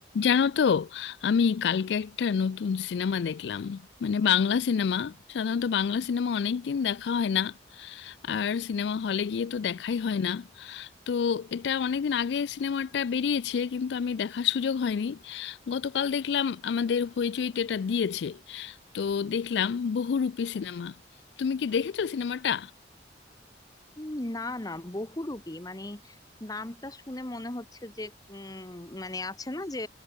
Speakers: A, on the left (about 75°); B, on the left (about 20°).
A: জানো তো আমি কালকে একটা নতুন সিনেমা দেখলাম মানে বাংলা সিনেমা সাধারণত বাংলা সিনেমা অনেক দিন দেখা হয় না আর সিনেমা হলে গিয়ে তো দেখাই হয় না তো এটা অনেকদিন আগে সিনেমাটা বেরিয়েছে কিন্তু আমি দেখার সুযোগ হয়নি গতকাল দেখলাম আমাদের হইচইতে এটা দিয়েছে তো দেখলাম বহুরূপী সিনেমা তুমি কি দেখেছো সিনেমাটা
B: উম, না না বহুরূপী মানে নামটা শুনে মনে হচ্ছে যে উম মানে আছে না যে